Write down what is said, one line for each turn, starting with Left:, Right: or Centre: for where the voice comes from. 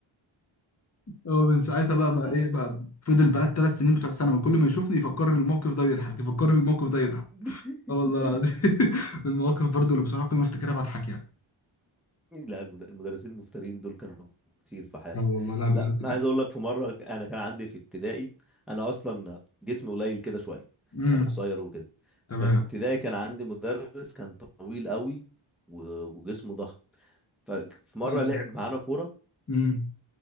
Left: هو من ساعتها
Centre: يا
Left: بقى بقى
Centre: نهار
Left: ايه بقى فضل بقى الثلاث سنين بتوع ثانوي كل ما يشوفني يفكرني الموقف ده ويضحك يفكرني الموقف ده يضحك
Centre: <laughs>
Left: اه والله العظيم <laughs> المواقف برضو اللي بصراحه كل ما افتكرها بضحك يعني
Centre: لا المد- المدرسين المفترين دول كانوا كتير في حياتنا
Left: لا والله لا بجد
Centre: لا انا
Left: كده
Centre: عايز اقول لك في مره ك- انا كان عندي في ابتدائي انا اصلا جسمي قليل كده شويه
Left: امم
Centre: يعني قصير وكده
Left: تمام
Centre: ففي ابتدائي كان عندي مدرس كان طويل قوي و- وجسمه ضخم ففي مره
Left: تمام
Centre: لعب معانا كوره
Left: امم